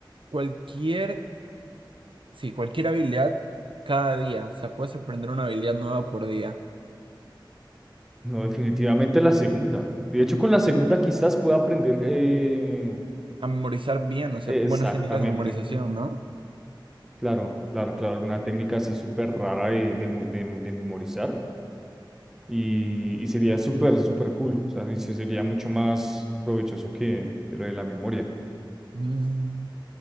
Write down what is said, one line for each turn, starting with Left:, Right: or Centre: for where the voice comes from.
Right: cualquier, sí, cualquier habilidad cada día? O sea, puedes aprender una habilidad nueva por día.
Centre: No, definitivamente la segunda. De hecho, con la segunda quizás pueda aprender eh,
Right: a memorizar bien, o sea,
Centre: exactamente.
Right: buenas técnicas de memorización, ¿no?
Centre: Claro, claro, claro. Alguna técnica así súper rara de, de, mo- de mo- de memorizar. Y, y sería súper, súper cool. O sea, dice, sería mucho más provechoso que, que lo de la memoria.
Right: Mm,